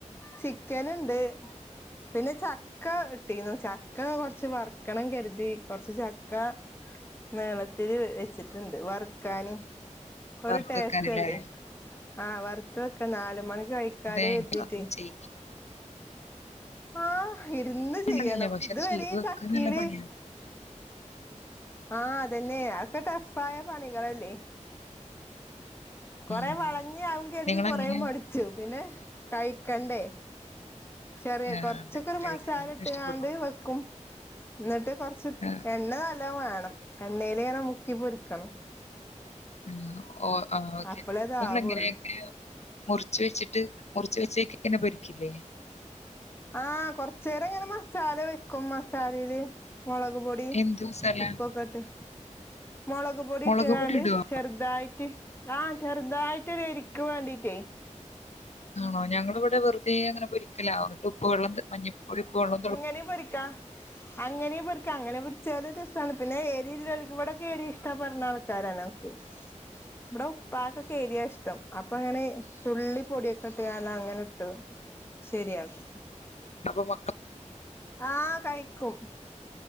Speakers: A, on the left (about 20°); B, on the left (about 60°).
A: ചിക്കന്ണ്ട് പിന്നെ ചക്ക ഇട്ടീന്നു ച ക്ക കൊർച്ച് വർക്കണം കര്തി കൊറച്ച് ചക്ക നീളത്തില് വെച്ചിട്ട്ണ്ട് വർക്കാന് ഒരു
B: വറുത്ത്
A: ടേസ്റ്റല്ലേ
B: വെക്കാനല്ലേ
A: ആഹ് വറ്ത്ത് വെക്ക നാല് മണിക്കഴിക്കാലോ
B: അതെ
A: കര്തീട്ടേ
B: എനിക്ക് അത് ചെയ്യാൻ
A: ആഹ് ഇരുന്ന് ചെയ്യണം
B: പണിയില്ല പക്ഷെ
A: ഇത്
B: അത്
A: വരേം
B: ചെയ്തു വെക്കാൻ
A: ചക്കേല്
B: നല്ല പണിയാ
A: ആഹ് അതന്നെ അതൊക്കെ ടഫായ പണികളല്ലേ കൊറേ
B: ഉം.
A: വളഞ്ഞി ആകും കര്തി
B: നിങ്ങളെങ്ങനെ
A: കൊറേ മടിച്ചു പിന്നെ കഴിക്കണ്ടേ ചെറിയ
B: ആ,
A: കൊർച്ചക്കൊരു
B: അതെ കഴിക്കണം
A: മസാല ഇട്ട്ങ്ങാണ്ട്
B: ഇഷ്ടപ്പെടണം
A: വെക് ക്കും ഇന്നിട്ട് കൊറച്ച്
B: ആ,
A: എണ്ണ നല്ലോ വേണം എണ്ണേല് ഇങ്ങനെ മുക്കിപ്പൊരിക്കണം.
B: ആഹ് ഓഹ് ആഹ് ഓക്കെ
A: അപ്പളേ ഇതാവുള്ളൂ
B: നിങ്ങളെങ്ങനെയൊക്കെ മുറിച്ച് വെച്ചിട്ട് മുർച്ച് വെച്ചേക്ക് ഇങ്ങനെ പൊരിക്കില്ലേ
A: ആഹ് കൊർച്ചേരങ്ങനെ മസാല വെക്കും മസാലേല് മൊളക് പൊടി
B: എന്ത് മസാല
A: ഉപ്പൊക്കട്ട് മൊളക്പൊടി
B: മുളക്
A: ഇട്ട്ങ്ങാണ്ട്
B: പൊടി ഇടുവോ
A: ചെർതായിട്ട് ആഹ് ചെർതായിട്ടൊരു എരിക്ക്‌ വേണ്ടീട്ടേ
B: ആണോ ഞങ്ങളിവിടെ വെറുതെ അങ്ങനെ പൊരിക്കല ന്നിട്ട് ഉപ്പ് വെള്ളത്ത് മഞ്ഞപ്പൊടി ഉപ്പ് വെള്ളം തെ
A: <unintelligible> പൊരിക്കാൻ <inaudible> അങ്ങനീം പൊരിക്കാ അങ്ങനെ പൊരിച്ചാലും രസാണ് പിന്നെ എരില്ലോൽക്ക്‌ ഇവിടൊക്കെ എരി ഇഷ്ടപ്പെട്ണ ആൾക്കാരാണ് ഒക്കെ <inaudible> ഇവടെ ഉപ്പാക്കൊക്കെ എരിയാ ഇഷ്ടം അപ്പങ്ങനെ തുള്ളി പൊടിയൊക്കെ ഇട്ട്ങ്ങാണ്ട് അങ്ങനെ ഇട്ടത് ശരിയാക്കും.
B: അപ്പൊ മക്ക
A: ആഹ് കഴിക്കും.